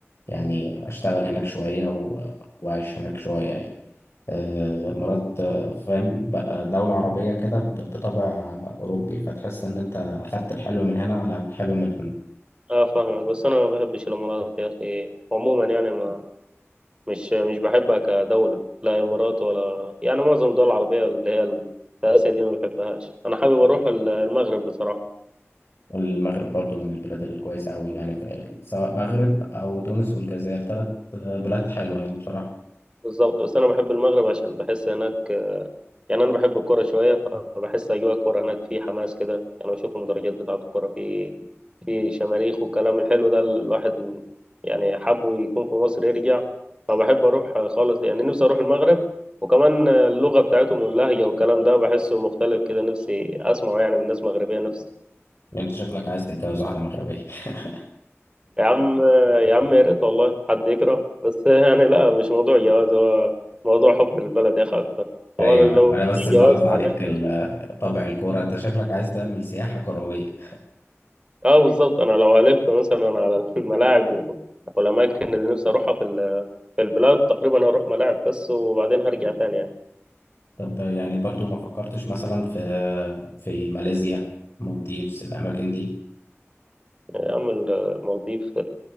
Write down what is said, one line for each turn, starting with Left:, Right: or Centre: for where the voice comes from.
Left: يعني أشتغل هناك شوية و- وأعيش هناك شوية يعني آه، مرات آه، فاهم بقى دولة عربية كده ب- بطابع أوروبي فتحس إن أنت أخدت الحلو من هنا على الحلو من هنا
Right: اه فاهمك بس انا ما بحبش الامارات يا اخي عموما يعني ما مش مش بحبها كدولة لا امارات ولا يعني معظم الدول العربية اللي هي ال- في اسيا دي ما بحبهاش انا حابب اروح ال- المغرب بصراحة
Left: والمغرب برضو من البلاد الكويسة أوي يعني في- سواء مغرب أو تونس والجزائر تلات آه، بلاد حلوة يعني بصراحة
Right: بالظبط بس انا بحب المغرب عشان بحس هناك يعني انا بحب الكوره شويه فبحس اجواء الكوره هناك في حماس كده يعني بشوف المدرجات بتاعه الكوره في في شماريخ والكلام الحلو ده الواحد يعني حابه يكون في مصر يرجع فبحب اروح خالص يعني نفسي اروح المغرب وكمان اللغه بتاعتهم واللهجه والكلام ده بحسه مختلف كده نفسي اسمعه يعني من ناس مغربيه نفسي
Left: يعني أنت شكلك عايز تتجوز واحدة مغربية <laughs>
Right: يا عم يا عم يا ريت والله حد يكره بس يعني لا مش موضوع جواز هو موضوع حب البلد يا اخي اكتر
Left: أيوة
Right: هو لو
Left: أنا بس
Right: في
Left: بلاحظ
Right: جواز بعدين
Left: عليك ال- طابع الكورة أنت شكلك عايز تعمل سياحة كروية
Right: اه بالظبط انا لو هلف مثلا على الملاعب و- والاماكن اللي نفسي اروحها في ال- في البلاد تقريبا هروح ملاعب بس وبعدين هرجع تاني يعني
Left: طب يعني برضو ما فكرتش مثلا في في ماليزيا المالديفز الأماكن دي
Right: يا عم المالديف